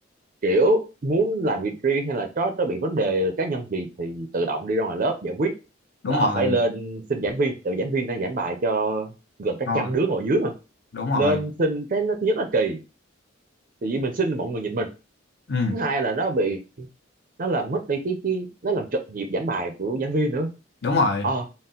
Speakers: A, on the right (about 45°); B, on the left (about 55°).
A: kiểu muốn làm việc riêng hay là có có bị vấn đề cá nhân gì thì tự động đi ra ngoài lớp giải quyết
B: đúng
A: đỡ
B: rồi
A: phải lên xin giảng viên tại vì giảng viên đang giảng bài cho gần cả
B: thôi
A: trăm đứa ngồi dưới mà
B: đúng rồi
A: lên xin cái nó thứ nhất là kỳ tự nhiên mình xin mọi người nhìn mình
B: ừ
A: thứ hai là nó bị nó làm mất đi cái cái nó làm trật nhịp giảng bài của giảng viên nữa
B: đúng rồi
A: ờ